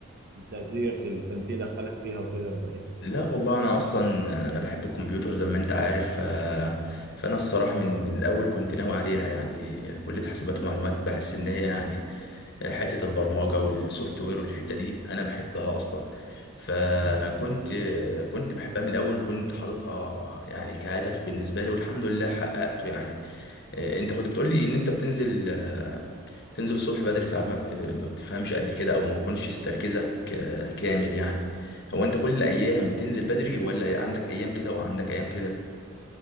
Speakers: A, on the right (about 50°); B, on the left (about 55°).
A: التقدير التنسيق دخلك فيها وكده ولا ايه؟
B: لا والله انا اصلا انا بحب الكمبيوتر زي ما انت عارف آه، فانا الصراحه من من الاول كنت ناوي عليها يعني كليه حاسبات ومعلومات بحس ان هي يعني حته البرمجه والسوفت وير والحته دي انا بحبها اصلا فكنت كنت بحبها من الاول وكنت حاططها يعني كهدف بالنسبه لي والحمد لله حققته يعني آه، انت كنت بتقول لي ان انت بتنزل آه، تنزل الصبح بدري ساعات ما بت- ما بتفهمش قد كده او ما بيكونش تركيزك آه، كامل يعني هو انت كل الايام بتنزل بدري ولا عندك ايام كده وعندك ايام كده